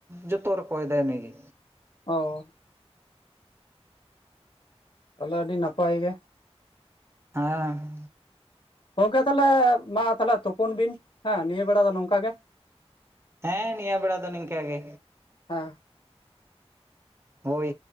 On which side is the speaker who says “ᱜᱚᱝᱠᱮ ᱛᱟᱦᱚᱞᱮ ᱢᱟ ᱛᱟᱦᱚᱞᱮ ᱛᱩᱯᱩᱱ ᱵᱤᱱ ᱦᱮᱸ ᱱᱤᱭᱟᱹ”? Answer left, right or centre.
Left